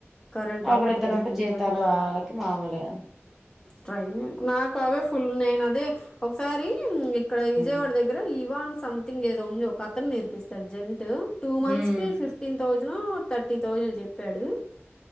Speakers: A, on the left; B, in the centre.
A: కరెంటే
B: ఒకరిద్దరు
A: ఒక్కటే గదా!
B: ఉంటే
A: ఇంకేం
B: జీతాలు వాళ్ళకి మామూలే
A: ట్రైన్ నాకు అవే ఫుల్ నేన్ అదే ఒకసారి ఇక్కడ విజయవాడ
B: మ్మ్
A: దగ్గర ఇవాన్ సంథింగ్ ఏదో ఉంది ఒక అతన్ నేర్పిస్తాడు జెంట్స్ టూ మంత్స్
B: మ్మ్
A: కి ఫిఫ్టీన్ థౌజండ్ థర్టీ థౌజండ్ చెప్ చెప్పాడు